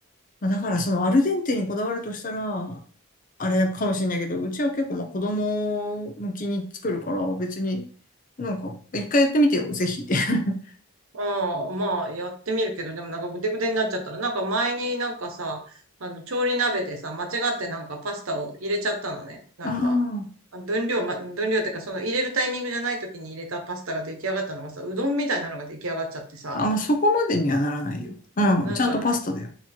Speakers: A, on the left (about 40°); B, on the right (about 80°).
A: まあだから、その、アルデンテにこだわるとしたら、あれかもしれないけど、うちは結構、まあ、子供向きに作るから、別に、なんか、一回やってみてよ、ぜひ。<laughs>
B: ああ、まあやってみるけど、でもなんかぐでぐでになっちゃったら、なんか前になんかさ、あの、調理鍋でさ、間違ってなんかパスタを入れちゃったのね。なんか、
A: あ
B: あ分量、ま、分量ってかその入れるタイミングじゃない時に入れたパスタが出来上がったのがさ、うどんみたいなのが出来上がっちゃってさ、
A: あ。あ、まあ、そこまでにはならないよ。うん。
B: なんか、
A: ちゃんとパスタだよ。